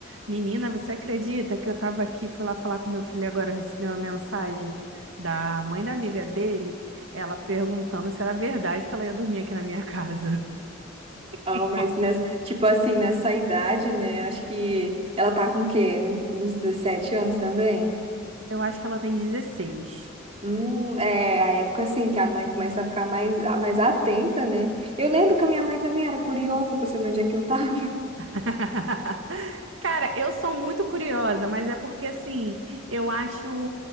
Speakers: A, on the right (about 80°); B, on the right (about 30°).
A: Menina, você acredita que eu tava aqui, fui lá falar com meu filho agora, eu recebi uma mensagem da mãe da amiga dele, ela perguntando se era verdade que ela ia dormir aqui na minha casa. <laughs>
B: Ah, mas nessa, tipo assim, nessa idade, né? Acho que ela tá com o quê? Nos 17 anos também?
A: Eu acho que ela tem dezesseis.
B: Hum, é a época assim que a mãe começa a ficar mais, mais atenta, né? Eu lembro que a minha mãe também era curiosa pra saber onde é que eu tava.
A: <laughs> Cara, eu sou muito curiosa, mas é porque assim, eu acho